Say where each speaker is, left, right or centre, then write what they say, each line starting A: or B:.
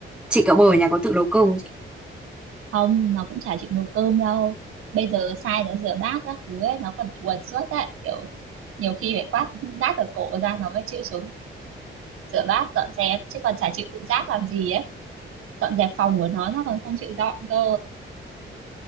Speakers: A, in the centre; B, on the right.
A: chị cả bơ ở nhà có tự nấu cơm không chị?
B: không nó cũng chả chịu nấu cơm đâu bây giờ sai nó rửa bát các thứ ấy, nó còn chuồn suốt đấy kiểu nhiều khi phải quát rát ở cổ ra nó mới chịu xuống rửa bát dọn dẹp chứ còn chả chịu tự giác làm gì ấy dọn dẹp phòng của nó nó còn không chịu dọn cơ